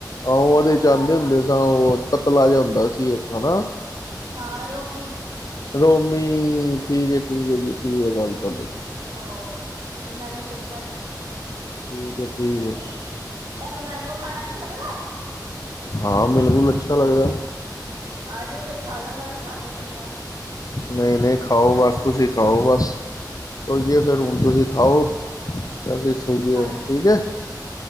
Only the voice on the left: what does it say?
ਆਹੋ
ਉਹਦੇ ਚ
ਆਂਦੇ ਹੁੰਦੇ ਸ ਉਹ ਕਤਲਾ ਜਿਹਾ ਹੁੰਦਾ ਸੀ ਇੱਕ ਹਨਾ
ਰੋਮੀ ਠੀਕ ਹੈ ਠੀਕ ਹੈ ਜੀ ਠੀਕ ਹੈ ਗੱਲ ਤੁਹਾਡੀ
ਠੀਕ ਹੈ ਠੀਕ
ਹੈ
ਹਾਂ ਬਿਲਕੁਲ ਅੱਛਾ ਲੱਗਦਾ
ਨਹੀਂ, ਨਹੀਂ ਖਾਓ ਬਸ ਤੁਸੀਂ ਖਾਓ ਬਸ ਸੋਈਏ
ਫੇਰ ਹੁਣ ਤੁਸੀਂ ਖਾਓ <inaudible> ਅਸੀ ਸੋਈਏ
ਹੁ ਠੀਕ ਹੈ।